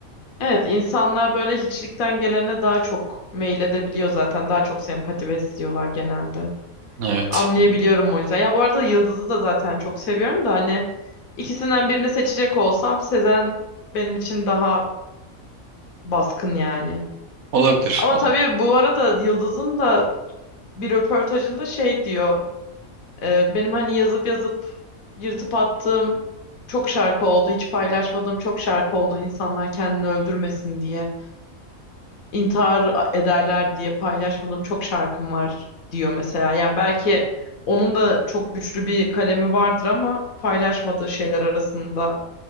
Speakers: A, on the left; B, on the right.
A: Evet, insanlar böyle hiçlikten gelene daha çok meyil edebiliyor zaten. Daha çok sempati besliyorlar genelde.
B: evet
A: Anlayabiliyorum o yüzden. Ya bu arada Yıldız'ı da zaten çok seviyorum da hani ikisinden birini seçecek olsam Sezen benim için daha baskın yani.
B: olabilir
A: Ama
B: olabilir
A: tabii bu arada Yıldız'ın da bir röportajında şey diyor. Ee, benim hani yazıp yazıp yırtıp attığım çok şarkı oldu. Hiç paylaşmadığım çok şarkı oldu. İnsanlar kendini öldürmesin diye, intihar ederler diye paylaşmadığım çok şarkım var diyor mesela. Yani belki onun da çok güçlü bir kalemi vardır ama paylaşmadığı şeyler arasında